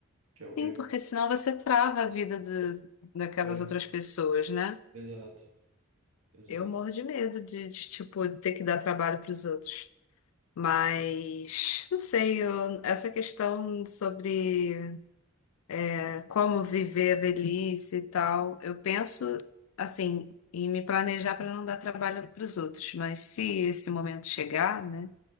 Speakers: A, on the right (about 80°); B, on the left (about 75°).
A: Que é o que
B: Sim,
A: eu...
B: porque senão você trava a vida do- daquelas
A: É,
B: outras pessoas, né?
A: exato. Exato.
B: Eu morro de medo de, de, tipo, ter que dar trabalho para os outros. Mas, não sei, eu- essa questão sobre é, como viver a velhice e tal, eu penso, assim, em me planejar para não dar trabalho para os outros. Mas se esse momento chegar, né,